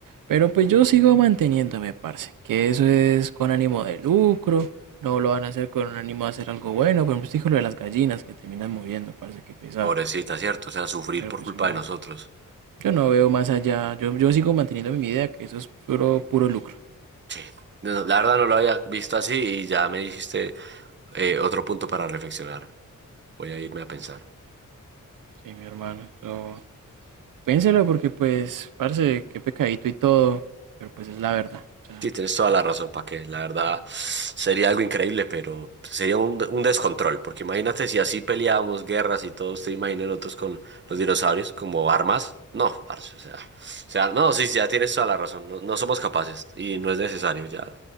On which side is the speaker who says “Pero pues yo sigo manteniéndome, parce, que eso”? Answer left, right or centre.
Right